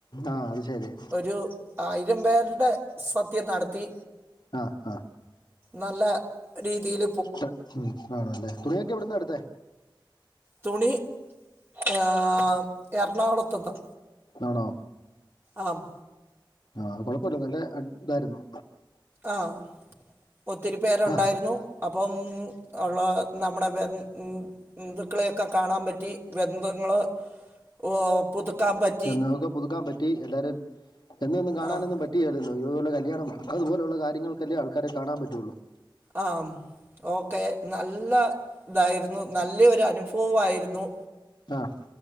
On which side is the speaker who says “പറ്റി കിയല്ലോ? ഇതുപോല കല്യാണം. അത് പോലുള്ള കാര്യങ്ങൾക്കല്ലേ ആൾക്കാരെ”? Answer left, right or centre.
Left